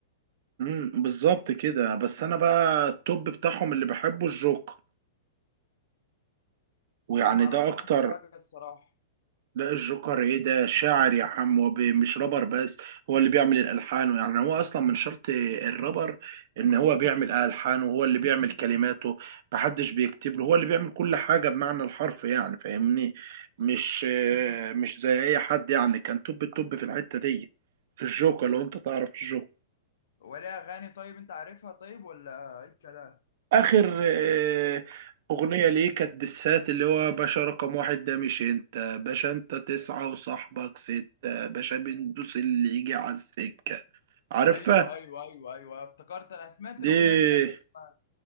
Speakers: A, on the right (about 55°); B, on the left (about 80°).
A: امم بالظبط كده بس انا بقى التوب بتاعهم اللي بحبه الجوكر ويعني
B: لا معرفش
A: ده اكتر
B: عنه حاجه الصراحه
A: لا الجوكر ايه ده شاعر يا حم ومش رابر بس هو اللي بيعمل الالحان يعني هو اصلا من شرط الرابر ان هو بيعمل الحانه وهو اللي بيعمل كلماته محدش بيكتب له هو اللي بيعمل كل حاجه بمعنى الحرف يعني فاهمني مش مش زي اي حد يعني كان توب التوب في الحته دي في الجوكر لو انت تعرف الجوكر
B: ولا اغاني طيب انت عارفها طيب ولا ايه الكلام
A: اخر آه، اغنيه ليه كانت بالسات اللي هو باشا رقم واحد ده مش انت باشا انت تسعة وصاحبك ستة باشا بندوس اللي يجي على السكه عارفها
B: ايوه ايوه ايوه ايوه افتكرت انا سمعت
A: دي
B: الاغنيه ديت بس ما